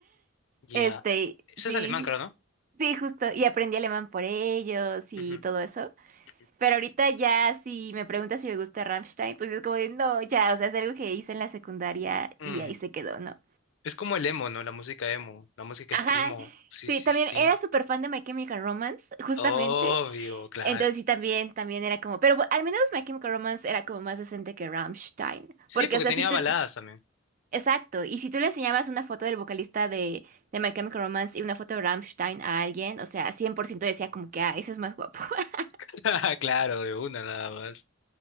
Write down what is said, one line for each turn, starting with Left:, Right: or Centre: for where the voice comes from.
Left: ya.
Right: Este,
Left: Ese
Right: sí,
Left: es alemán, creo, ¿no?
Right: sí, justo. Y aprendí alemán por ellos y
Left: Ujú,
Right: todo eso.
Left: ujú.
Right: Pero ahorita ya si me preguntas si me gusta Rammstein, pues es como de, no, ya, o sea, es algo que hice en la secundaria
Left: Mm,
Right: y ahí se quedó, ¿no?
Left: Es como el emo, ¿no? La música emo, la música
Right: Ajá.
Left: screamo. Sí,
Right: Sí,
Left: sí,
Right: también
Left: sí.
Right: era súper fan de My Chemical Romance, justamente.
Left: Obvio, claro.
Right: Entonces sí, también, también era como, pero bu- al menos My Chemical Romance era como más decente que Rammstein,
Left: Sí,
Right: porque
Left: porque
Right: o sea,
Left: tenía
Right: si tú,
Left: baladas también.
Right: exacto, y si tú le enseñabas una foto del vocalista de, de My Chemical Romance y una foto de Rammstein a alguien, o sea, 100% decía como que, ah, ese es más guapo. <laughs>
Left: <laughs> Claro, de una nada más.